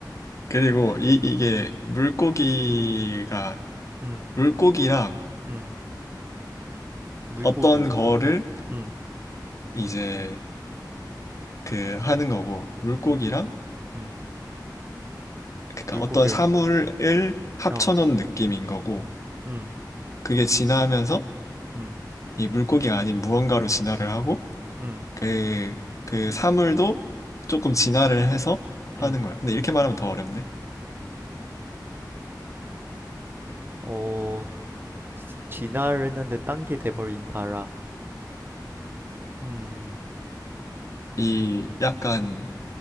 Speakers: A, on the left; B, on the right.
A: 그리고 이, 이게 물고기가
B: 음,
A: 물고기랑
B: 음, 물고기,
A: 어떤 거를
B: 음,
A: 이제 그 하는 거고 물고기랑
B: 음, 음,
A: 그러니까
B: 물고기란,
A: 어떤 사물을 합쳐놓은
B: 어,
A: 느낌인 거고
B: 음,
A: 그게 진화하면서
B: 음,
A: 이 물고기가 아닌 무언가로 진화를 하고
B: 음,
A: 그, 그 사물도 조금 진화를 해서 하는
B: 음,
A: 거야. 근데 이렇게 말하면 더 어렵네.
B: 어, 진화를 했는데 딴 게 돼버린다라. 음.
A: 이 약간